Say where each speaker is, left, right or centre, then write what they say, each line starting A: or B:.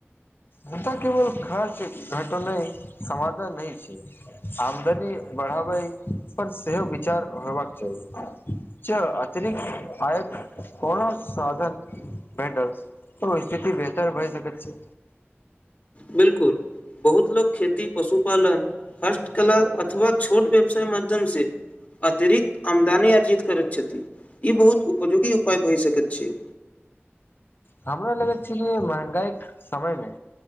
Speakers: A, on the left (about 50°); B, on the left (about 35°).
A: हुनका केवल खर्च घटना समाधान होइ छै आमदनी बढ़ाबै पर सेहो विचार होयबाक चाही च अतिरिक्त आयक कोनो साधन भेटल त स्थिति बेहतर भए सकैत छै
B: बिलकुल बहुत लोक खेती पशुपालन हस्तकला अथवा छोट व्यवसाय माध्यम से अतिरिक्त आमदनी अर्जित करैत छथि ई बहुत उपयोगी उपाय भय सकैत छै
A: हमरा लगैत छल कि महगाइ समय मे